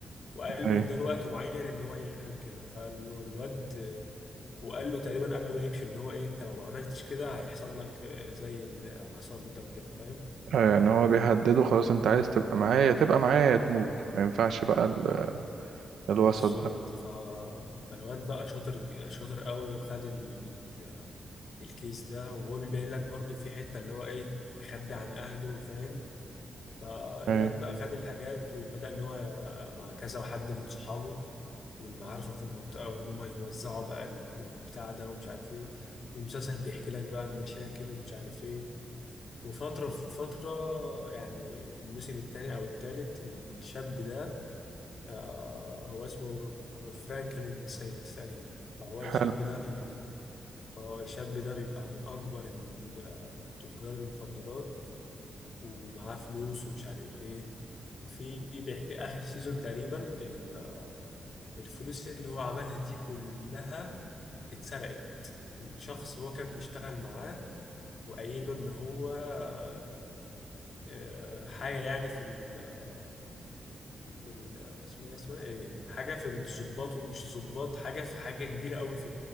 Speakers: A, on the left (about 45°); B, on the right (about 80°).
A: وقال
B: أيوة
A: له اداله وقت معين ان هو يعمل كده فالواد وقال له تقريبا قبل ما يمشي اللي هو ايه انت لو ما عملتش كده هيحصل لك زي اللي حصل له ده وكده فاهم
B: أيوة يعني هو بيهدده خلاص أنت عايز تبقى معايا تبقى معايا يا تموت ما ينفعش بقى ال- الوسط
A: بالظبط
B: ده
A: ف... فالواد بقى شاطر شاطر قوي وخد ال... الكيس ده وهو بيبين لك برضو في حته اللي هو ايه مخبي عن اهله فاهم فالواد
B: أيوة
A: بقى خد الحاجات وبدأ إن هو مع كذا حد من صحابه ومن معارفه في المنطقة وإن هم يوزعوا بقى البتاع ده ومش عارف إيه والمسلسل بيحكي لك بقى المشاكل ومش عارف إيه وفترة في فترة يعني الموسم التاني أو التالت الشاب ده آه، هو اسمه فرانكلين ساينت تقريبا فهو الشاب
B: حلو
A: ده بي... آه، الشاب ده بيبقى من أكبر ال- آه، تجار المخدرات ومعاه فلوس ومش عارف إيه في بيحكي آخر سيزون تقريبا ال- الفلوس اللي هو عملها دي كلها اتسرقت من شخص هو كان بيشتغل معاه وقايله إن هو آه، آه، حاجة يعني في ال في ال اسمه إيه- اسمها إيه حاجة في الضباط مش الضباط حاجة في حاجة كبيرة قوي في